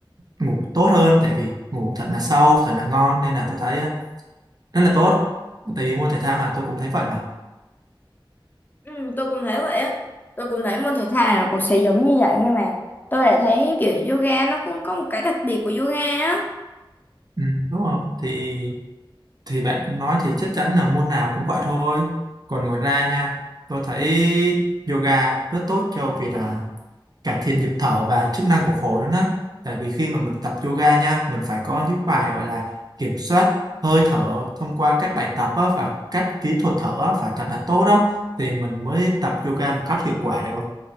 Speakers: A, on the right (about 50°); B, on the left (about 20°).
A: ngủ tốt hơn tại vì ngủ thật là sâu, thật là ngon nên là tôi thấy ờ, rất là tốt. Tại vì môn thể thao là tôi cũng thấy vậy mà.
B: ừ, tôi cũng thấy vậy á tôi cũng thấy môn thể thao nào cũng sẽ giống như vậy nhưng mà tôi lại thấy kiểu yoga nó cũng có một cái đặc biệt của yoga á
A: Ừ, đúng rồi. Thì thì bạn cũng nói thì chắc chắn là môn nào cũng vậy thôi. Còn ngoài ra nha, tôi thấy yoga rất tốt cho việc ờ, cải thiện nhịp thở và chức năng của phổi nữa đó. Tại vì khi mà mình tập yoga nha, mình phải có những bài gọi là kiểm soát hơi thở thông qua các bài tập á, và các kỹ thuật thở á, phải thật là tốt đó thì mình mới tập yoga một cách hiệu quả được.